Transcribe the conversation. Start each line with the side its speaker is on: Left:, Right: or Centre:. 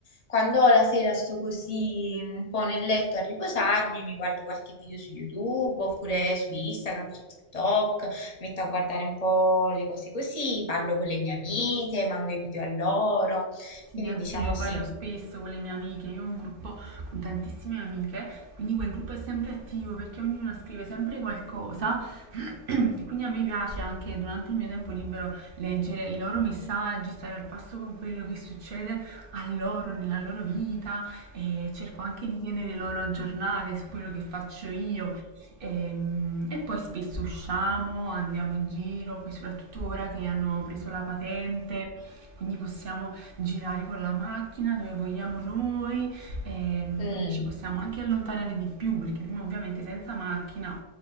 Left: quando la sera sto così un po' nel letto a riposarmi, mi guardo qualche video su YouTube
Right: Sì.
Left: oppure
Right: sì.
Left: su Instagram, su TikTok, metto a guardare un po' le cose così, parlo con le mie amiche, mando i video a loro,
Right: Sì,
Left: quindi
Right: anch'io
Left: diciamo
Right: parlo
Left: sì.
Right: spesso con le mie amiche, io ho un gruppo con tantissime amiche, quindi quel gruppo è sempre attivo perché ognuna scrive sempre qualcosa <clears throat> e quindi a me piace anche durante il mio tempo libero leggere i loro messaggi, stare al passo con quello che succede a loro, nella loro vita e cerco anche di tenere loro aggiornate su quello che faccio io. Ehm, E, poi spesso usciamo, andiamo in giro, poi soprattutto ora che hanno preso la patente, quindi possiamo girare con la macchina dove vogliamo noi, ehm,
Left: Mh.
Right: quindi ci possiamo anche allontanare di più perché prima ovviamente senza macchina